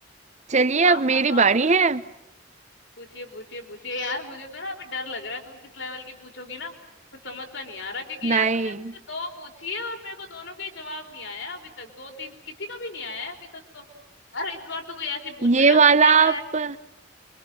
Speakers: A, on the right; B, on the left.
A: चलिए
B: हाँ
A: अब
B: हाँ
A: मेरी
B: हाँ
A: बारी है
B: पूछिए पूछिए पूछिए यार मुझे तो ना अभी डर लग रहा है तुम किस लेवल की पूछोगी ना कुछ समझ सा नहीं आ रहा क्योंकि
A: नहीं
B: यार तुमने मुझसे दो पूछी है और मेरे को दोनों का ही जवाब नहीं आया है अभी तक दो तीन किसी का भी नहीं आया है अभी तक तो यार इस बार तो कोई ऐसी पूछ
A: ये
B: रहे ना
A: वाला
B: जिससे मैं
A: आप